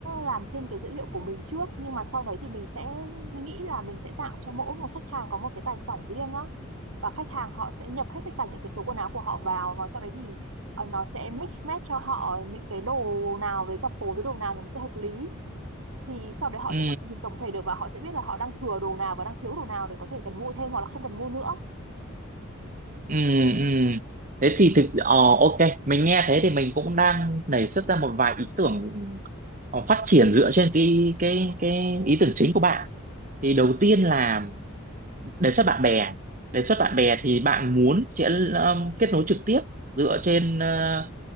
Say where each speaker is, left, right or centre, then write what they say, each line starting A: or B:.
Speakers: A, on the right; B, on the right.
A: làm trên cái dữ liệu của mình trước nhưng mà sau đấy thì mình sẽ nghĩ là mình sẽ tạo cho mỗi một khách hàng có một cái tài khoản riêng á và khách hàng họ sẽ nhập hết tất cả những cái số quần áo của họ vào và sau đấy thì ờ, nó sẽ mix match cho họ những cái đồ nào với cặp phối với đồ nào thì nó sẽ hợp lý thì sau đấy họ
B: Ừ,
A: sẽ có cái nhìn tổng thể được và họ sẽ biết là họ đang thừa đồ nào và đang thiếu đồ nào để có thể cần mua thêm hoặc là không cần mua nữa
B: ừ, ừ. Thế thì thực ờ, ok, mình nghe thế thì mình cũng đang nảy xuất ra một vài ý tưởng ờ, phát triển dựa trên cái cái cái ý tưởng chính của bạn. Thì đầu tiên là đề xuất bạn bè đề xuất bạn bè thì bạn muốn sẽ um, kết nối trực tiếp dựa trên ờ,